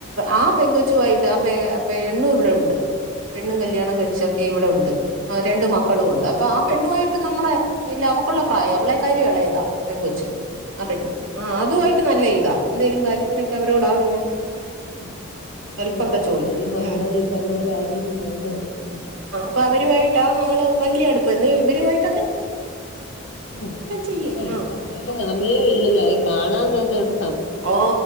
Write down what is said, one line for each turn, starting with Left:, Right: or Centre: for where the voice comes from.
Right: ആ പെങ്കൊ ച്ചു ആയിട്ട് ആ പെ ഏ് പെണ്ണും ഇവിടെ ഒണ്ട് പെണ്ണും കല്യാണം കഴിച്ചൊക്കെ ഇവിടെ ഉണ്ട്. ആ രണ്ടു മക്കളും ഉണ്ട് അ പ്പൊ ആ പെണ്ണു ആയിട്ട് നമ്മുടെ ഇല്ല അവക്കുള്ള പ്രായം അവളെ കായിലും എളയതാ പെൺ കൊച്ച്. ആ <unintelligible> ആഹ് അതു ആയിട്ട് നല്ല ഇതാ എന്തേലും കാര്യത്തിനൊക്കെ അവരോടാ പിന്നെ.
Left: ആ
Right: ഹെൽപ്പൊക്കെ
Left: അതെയാ
Right: ചോദിക്കും
Left: എന്തേലും
Right: ഉം.
Left: <unintelligible> പോലെ ആരേലും വേണല്ലോ ഉം
Right: ഇപ്പൊ അവരു ആയിട്ടാ നമ്മള് വല്ല്യ അടുപ്പം എന്ന ഇവരു ആയി
Left: ഉം <unintelligible>
Right: ചെയ്യും
Left: ല്ലേലും
Right: ആ
Left: സമയേ ഇല്ലേലോ അവരെ കാണാൻ തന്നെ ഇവടെ.
Right: ഓ